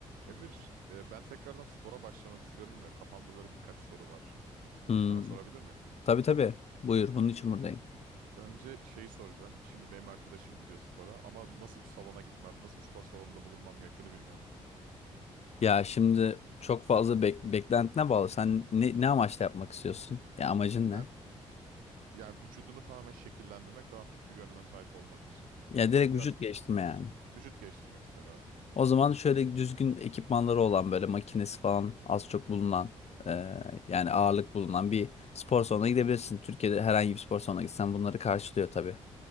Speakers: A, on the right; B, on the left.
A: Emir, e, ben tekrardan spora başlamak istiyorum da kafamda böyle birkaç soru var.
B: Hmm,
A: Yani sana sorabilir miyim?
B: tabii tabii. Buyur, bunun için buradayım.
A: Önce şeyi soracağım. Şimdi benim arkadaşım gidiyor spora ama nasıl bir salona gitmem, nasıl bir spor salonunda bulunmam gerektiğini bilmiyorum.
B: Ya şimdi çok fazla bek beklentine bağlı. Sen ne, ne amaçla yapmak istiyorsun? Ya amacın
A: Ben
B: ne?
A: yani vücudumu tamamen şekillendirmek, daha fit bir görünüme sahip olmak için.
B: Ya direkt
A: Biraz
B: vücut geliştirme yani.
A: vücut geliştirmek istiyorum evet.
B: O zaman şöyle düzgün ekipmanları olan böyle makinesi falan az çok bulunan e, yani ağırlık bulunan bir spor salonuna gidebilirsin. Türkiye'de herhangi bir spor salonuna gitsen bunları karşılıyor tabii.